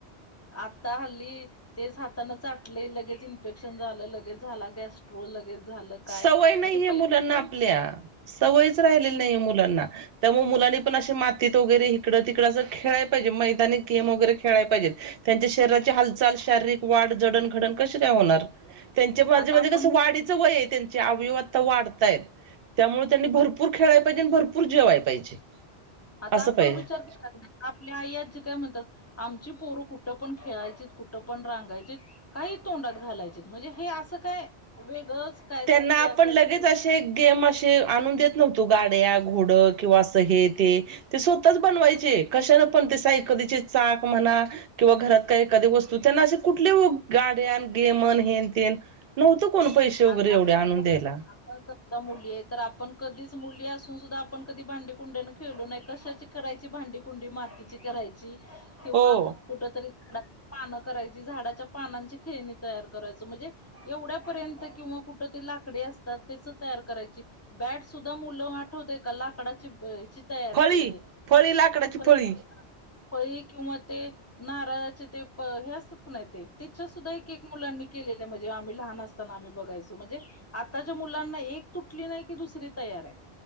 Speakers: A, on the left; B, on the right.
A: आता हल्ली तेच हाताानं चाटलय लगेच इन्फेक्शन झालं लगेच झाला गॅस्ट स्ट्रो लगेच झालं काय
B: सवय नाहीये
A: म्हजे पै
B: मुलांना आपल्या सवयीच राहिलेली नाही या मुलांना. त्यामुळे मुलांनी पण असे मातीत वगैरे इकडं तिकडं असं खेळाय पाहिजे मैदानी गेम वगैरे खेळायला पाहिजेत. त्याच्या शरीराची हालचाल शारीरिक वाढ जडणघडण कशी काय होणार. त्यांचे माझे
A: आता
B: म्हणजे
A: आपण
B: कसं वाढीचं वय आहे त्यांचे अवयव आता वाढतायत. त्यामुळे त्यांनी भरपूर खेळाय पाहिजे आणि भरपूर जेवाय पाहिजे.
A: आता
B: असं
A: आपण
B: पाहिजे
A: विचार केला पाहिजे. आपल्या आई आजी काय म्हणतात आमची पोरं कुठं पण खेळायची कुठं पण रांगायचीत. काही तोंडात घालायचेत म्हणजे हे असं काय वेगळंच कायतरी
B: त्यांना
A: की
B: आपण
A: असं
B: लगेच असे गेम असे आणून देत नव्हतो गाड्या घोड किंवा असं हे ते ते स्वतःच बनवायचे कशानं पण ते सायकलीचे चाक म्हणा. किंवा घरात काही एखादी वस्तू त्यांना असे कुठले गाड्यान गेमन हेन तेन. नव्हतं कोण पैसे वगैरे
A: आता
B: एवढे
A: आपण
B: आणून द्यायला.
A: समजा मुली आहे तर आपण कधीच मुली असून सुद्धा आपण कधी भांडी कुंड्यान खेळलो नाही कशाची करायची भांडी कुंडी मातीची करायची किंवा
B: हो
A: कुठ तरी झाडाची पानं करायची झाडाच्या पानांची खेळणी तयार करायचं म्हणजे एवढ्या पर्यंत किंवा कुठ तरी लाकडी असतात त्याच तयार करायची. बॅट सुद्धा मुलं आठवतेय का लाकडाची हेची तयार
B: फळी
A: ते.
B: फळी लाकडाची
A: <unintelligible>
B: फळी
A: फळी किंवा ते नारळाचे ते प हे असतात की नाही ते त्याच्या सुद्धा मुलांनी केलेलं म्हणजे आम्ही लहान असताना आम्ही बघ बघायचो म्हणजे आताच्या मुलांना एक तुटली नाही की दुसरी तयार आहे.